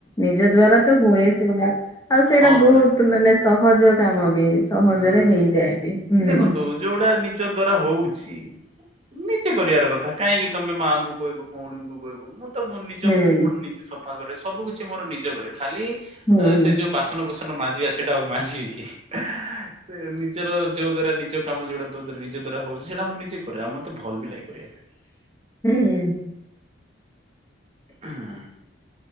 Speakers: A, on the left; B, on the right.
A: ନିଜ ଦ୍ଵାରା ତ ହୁଏ ସେଗୁଡା ଆଉ ସେଇଟା
B: ହଁ ମ୍ୟାଡାମ
A: ବହୁତ୍ ମାନେ ସହଜ କାମ ବି ସହଜରେ
B: ହୁଁ
A: ହେଇଯାଏ ବି। ହୁଁ
B: ଦେଖନ୍ତୁ ଯୋଉଟା ନିଜ ଦ୍ଵାରା ହଉଛି ନିଜେ କରିବାର କଥା କାହିଁକି ତମେ ମାଆଙ୍କୁ କହିବ ଭଉଣୀଙ୍କୁ କହିବ ମୁଁ ତ ମୁଁ ନିଜକୁ
A: ହୁଁ
B: ଓପନ ନିଜେ ସଫା କରେ ସବୁ କିଛି ମୋର ନିଜ କରେ ଖାଲି
A: ହୁଁ ହୁଁ
B: ସେ ଯୋଉ ବାସନକୁସ ନ ମାଜିବା ସେଟା ଆଉ ମାଜିବି କି ସେ ନିଜର ଯୋ ଦ୍ଵାରା ନିଜ କାମ ଯୋଉଟା ତୋ ଦ୍ଵାରା ନିଜ ଦ୍ଵାରା ହଉଛି ସେଟା ମୁ ନିଜେ କରେ ଆଉ ମତେ ଭଲ ବି ଲାଗେ କରିବା ପାଇଁ।
A: ହୁଁ ହୁଁ।
B: ହୁଁ